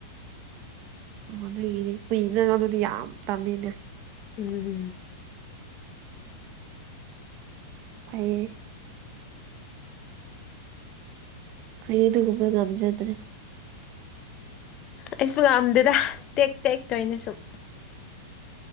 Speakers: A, on the right (about 45°); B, on the left (about 35°).
A: ꯑꯗꯨꯒꯤꯗꯤ ꯀꯨꯏꯅꯪ ꯑꯗꯨꯗꯤ ꯌꯥꯝ ꯇꯝꯃꯤꯅꯦ
B: ꯎꯝ
A: ꯐꯌꯦ ꯀꯩ ꯑꯗꯨꯒꯨꯝꯕ ꯉꯝꯖꯗ꯭ꯔꯦ
B: ꯑꯩꯁꯨ ꯉꯝꯗꯗ ꯇꯦꯛ ꯇꯦꯛꯇꯣꯏꯅꯦ ꯁꯨꯝ